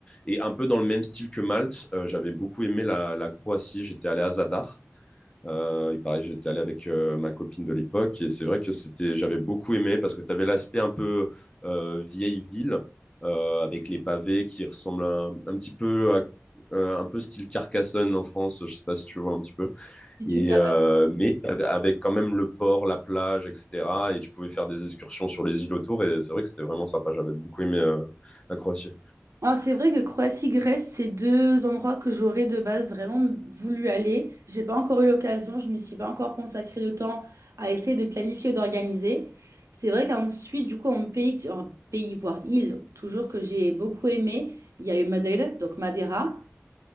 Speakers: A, on the left; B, on the right.
A: Et un peu dans le même style que Malte, euh, j'avais beaucoup aimé la, la Croatie. J'étais allé à Zadar. Euh, il paraît, j'étais allé avec euh, ma copine de l'époque et c'est vrai que c'était, j'avais beaucoup aimé parce que tu avais l'aspect un peu euh, vieille ville euh, avec les pavés qui ressemblent un, un petit peu à euh, un peu style Carcassonne en France, je sais pas si tu vois un petit peu.
B: Je suis
A: Et
B: déjà
A: euh, mais t'avais- avec quand même le port, la plage, etc. Et tu pouvais faire des excursions sur les îles autour et c'est vrai que c'était vraiment sympa. J'avais beaucoup aimé euh, la Croatie.
B: Alors c'est vrai que Croatie-Grèce, c'est deux endroits que j'aurais de base vraiment voulu aller. J'ai pas encore eu l'occasion, je m'y suis pas encore consacré de temps à essayer de planifier ou d'organiser. C'est vrai qu'ensuite, du coup, en pays, en pays, voire île, toujours que j'ai beaucoup aimé, il y a eu Madeira, donc Madeira.